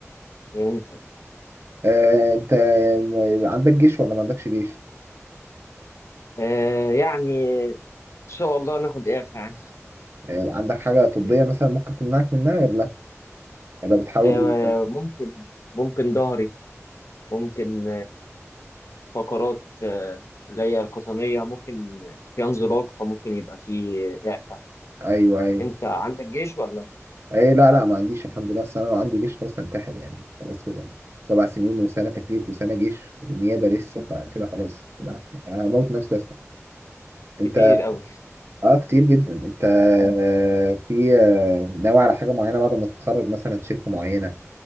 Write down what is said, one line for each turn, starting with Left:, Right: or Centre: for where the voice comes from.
Left: فهمتك
Right: آه انت عندك جيش ولا ما عندكش جيش؟
Left: آه يعني ان شاء الله ناخد اعفاء
Right: آه عندك حاجه طبيه
Left: يعني
Right: مثلا ممكن تمنعك منها ولا لا؟ ولا بتحاول
Left: آه ممكن ممكن ظهري ممكن فقرات آه، اللي هي القطنية ممكن في انزلاق فممكن يبقى في إعفاء
Right: ايوه ايوه
Left: أنت عندك جيش ولا؟
Right: اي لا لا ما عنديش الحمد لله بس انا لو عندي جيش خلاص هنتحر يعني خلاص كده سبع سنين وسنه تكليف وسنه جيش ونيابه لسه فكده خلاص لا هموت نفسي انت
Left: كتير قوي
Right: اه كتير جدا انت آه، في آه، ناوي على حاجه معينه بعد ما تتخرج مثلا شركه معينه